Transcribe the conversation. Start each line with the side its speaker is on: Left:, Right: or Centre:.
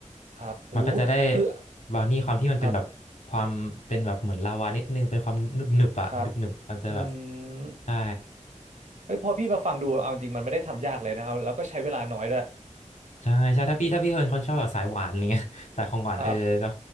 Right: ครับหู
Left: มันก็จะได้
Right: คือ
Left: บราวนี่ความที่มันเป็นแบบความเป็นแบบเหมือนลาวานิดนึงเป็นความหนึบหนึบอะหนึบหนึบมันจะแบบ
Right: ครับครับอืม
Left: ใช่
Right: เฮ้ยพอพี่มาฟังดูเอาจริง มันไม่ได้ทำยากเลยนะเอาแล้วก็ใช้เวลาน้อยด้วย
Left: ใช่ใช่ถ้าพี่ถ้าพี่เป็นคนชอบแบบสายหวานอะไรเงี้ย <laughs> สายของหวานเออก็
Right: ครับ